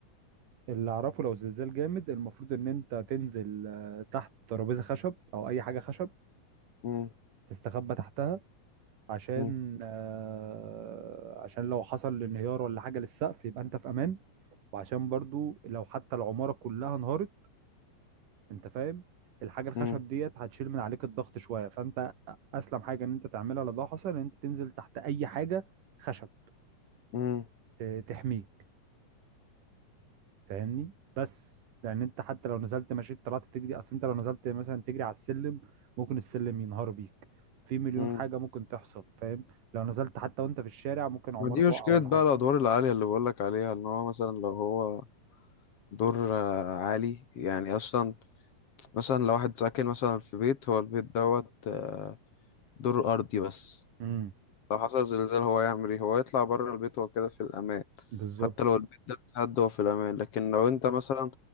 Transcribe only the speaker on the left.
مم،
مم،
مم،
مم،
مم.
ما دي
مشكلة
بقى
الادوار العالية اللي بقولك عليها ان هو مثلا لو هو دور آه، عالي يعني اصلا مثلا لو واحد ساكن مثلا في بيت هو البيت دوت آه، دور ارضي بس
لو حصل زلزال هو يعمل ايه هو يطلع بره البيت هو كده في الامان
حتى لو البيت ده اتهد هو في الامان لكن لو انت مثلا